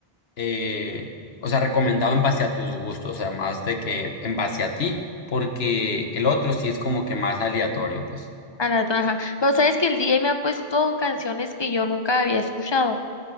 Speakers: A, on the left; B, on the left.
A: eh, o sea, recomendado en base a tus gustos, o sea, más de que en base a ti, porque el otro sí es como que más aleatorio, pues.
B: A la otra, ajá. Pero sabes que el DJ me ha puesto canciones que yo nunca había escuchado.